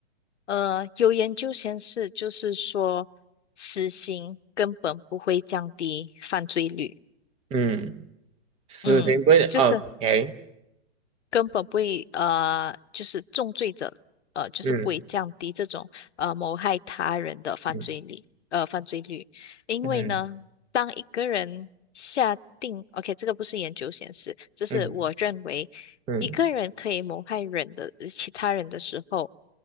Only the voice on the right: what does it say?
嗯，死刑不会，OK，
嗯嗯
嗯
嗯嗯